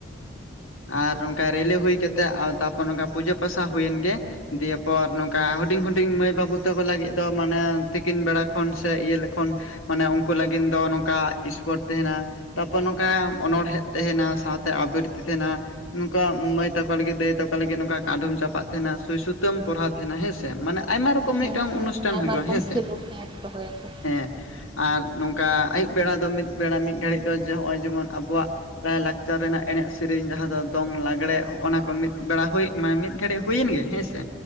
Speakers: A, on the left; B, on the right.
A: ᱟᱨ ᱱᱚᱝᱠᱟ ᱨᱮᱞᱮ ᱦᱩᱭ ᱠᱟᱛᱮ ᱟᱨ ᱛᱟᱨᱯᱚᱨ ᱱᱚᱝᱠᱟ ᱯᱩᱡᱟᱹ ᱯᱟᱥᱟ ᱦᱩᱭᱮᱱ ᱜᱮ᱾ ᱫᱤᱭᱮ ᱯᱚᱨ ᱱᱚᱝᱠᱟ ᱦᱩᱰᱤᱧ ᱦᱩᱰᱤᱧ ᱢᱟᱹᱭ ᱵᱟᱹᱵᱩ ᱛᱟᱠᱚ ᱞᱟᱹᱜᱤᱫ ᱫᱚ ᱢᱟᱱᱮ ᱛᱤᱠᱤᱱ ᱵᱮᱲᱟ ᱠᱷᱚᱱ ᱥᱮ ᱤᱭᱟᱹ ᱞᱮᱠᱷᱚᱱ ᱢᱟᱱᱮ ᱩᱱᱠᱩ ᱞᱟᱹᱜᱤᱱ ᱫᱚ ᱱᱚᱝᱠᱟ ᱥᱯᱳᱴ ᱛᱟᱸᱦᱮᱱᱟ᱾ ᱛᱟᱯᱚᱨ ᱱᱚᱝᱠᱟ ᱚᱱᱚᱬᱦᱮᱸᱫ ᱛᱮᱸᱦᱮᱱᱟ ᱥᱟᱶᱛᱮ ᱟᱵᱨᱤ ᱛᱤ ᱛᱟᱸᱦᱮᱱᱟ ᱱᱚᱝᱠᱟ ᱢᱟᱹᱭ ᱛᱟᱠᱚ ᱞᱟᱹᱜᱤᱫ ᱫᱟᱹᱭ ᱛᱟ ᱠᱚ ᱞᱟᱹᱜᱤᱫ ᱱᱚᱝᱠᱟ ᱠᱟᱰᱷᱩᱢ ᱪᱟᱯᱟᱫ ᱛᱟᱸᱦᱮᱱᱟ, ᱥᱩᱭ ᱥᱩᱛᱟᱹᱢ ᱯᱚᱨᱦᱟ ᱛᱟᱸᱦᱮᱱᱟ ᱦᱮᱸ ᱥᱮ ᱢᱟᱱᱮ ᱟᱭᱢᱟ ᱨᱚ ᱠᱚᱢ ᱢᱤᱫᱴᱟᱝ
B: ᱦᱮᱸ
A: ᱚᱱᱩᱥᱴᱷᱟᱱ
B: ᱟᱭᱢᱟ
A: ᱦᱩᱭᱩᱜ-ᱟ
B: ᱨᱚᱠᱚᱢ
A: ᱦᱮᱸᱥᱮ,
B: ᱠᱷᱮᱞᱳᱰ ᱦᱮᱸ ᱫᱚᱦᱚᱭᱟᱠᱚ
A: ᱦᱮᱸ᱾ ᱟᱨ ᱱᱚᱝᱠᱟ ᱟᱹᱭᱩᱵ ᱵᱮᱲᱟ ᱫᱚ ᱢᱤᱫ ᱵᱮᱲᱟ ᱢᱤᱫ ᱜᱷᱟᱹᱲᱤᱡ ᱫᱚ ᱡᱮ ᱦᱚᱸᱜ-ᱚᱭ ᱡᱮᱢᱚᱱ ᱟᱵᱚᱣᱟᱜ ᱞᱟᱭ-ᱞᱟᱠᱪᱟᱨ ᱨᱮᱱᱟᱜ ᱮᱱᱮᱡ ᱥᱮ ᱥᱮᱨᱮᱧ ᱡᱟᱦᱟᱸ ᱫᱚ ᱫᱚᱝ ᱞᱟᱜᱽᱬᱮ ᱚᱱᱟ ᱠᱚ ᱢᱤᱫ ᱵᱮᱲᱟ ᱦᱩᱭ ᱢᱟᱱᱮ ᱢᱤᱫ ᱜᱷᱟᱹᱲᱤᱡ ᱦᱩᱭᱮᱱ ᱜᱮ ᱦᱮᱸ ᱥᱮ᱾